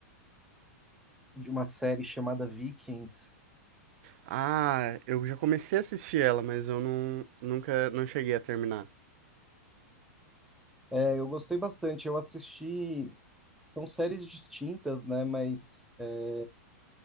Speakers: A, in the centre; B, on the right.
A: uma série chamada Vikings.
B: Ah, eu já comecei a assistir ela, mas eu não, nunca não cheguei a terminar.
A: É, eu gostei bastante, eu assisti. São séries distintas, né? Mas é,